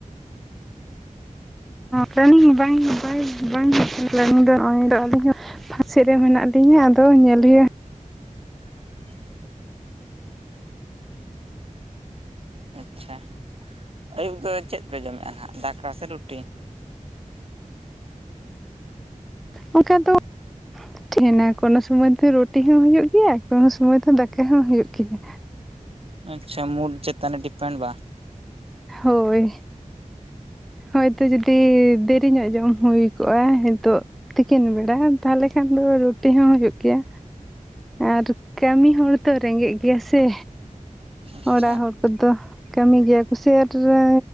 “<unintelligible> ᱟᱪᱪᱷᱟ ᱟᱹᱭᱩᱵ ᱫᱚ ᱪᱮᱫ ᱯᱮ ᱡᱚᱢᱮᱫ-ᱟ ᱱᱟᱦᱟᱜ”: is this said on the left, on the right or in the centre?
Right